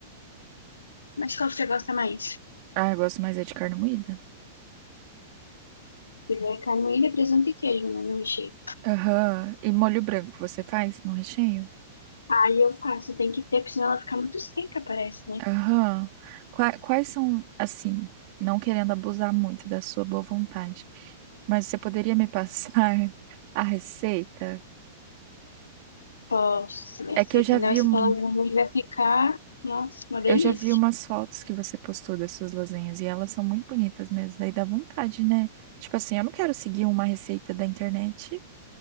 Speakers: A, on the left (about 85°); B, on the right (about 50°).
A: Mas qual que você gosta mais?
B: Ah, eu gosto mais é de carne moída.
A: Porque é carne moída, presunto e queijo, né? No recheio.
B: Aham. E molho branco, você faz no recheio?
A: Aí eu faço, tem que ter, porque senão ela fica muito seca, parece, né?
B: Aham. Qua- Quais são, assim, não querendo abusar muito da sua boa vontade, mas você poderia me passar <laughs> a receita?
A: Posso, minha
B: É
A: filha,
B: que eu já
A: senão
B: vi
A: essa
B: um,
A: tua lasanha vai ficar, nossa, uma delícia.
B: eu já vi umas fotos que você postou das suas lasanhas e elas são muito bonitas mesmo, daí dá vontade, né? Tipo assim, eu não quero seguir uma receita da internet